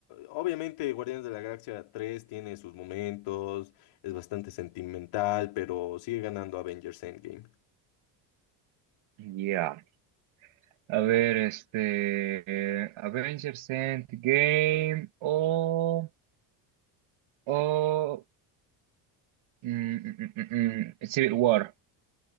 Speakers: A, on the left; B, on the right.
A: Obviamente, Guardianes de la Galaxia 3 tiene sus momentos, es bastante sentimental, pero sigue ganando Avengers Endgame.
B: Ya. A ver, este, eh, Avengers Endgame o, o mm, mm, mm, mm, mm, Civil War.